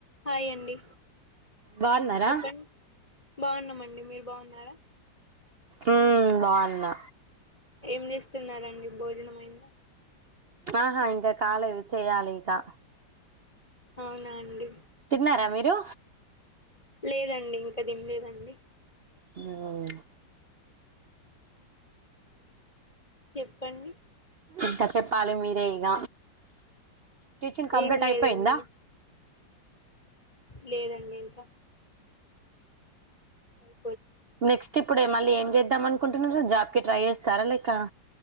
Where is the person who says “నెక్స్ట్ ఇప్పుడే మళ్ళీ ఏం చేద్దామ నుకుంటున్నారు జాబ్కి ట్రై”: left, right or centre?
Right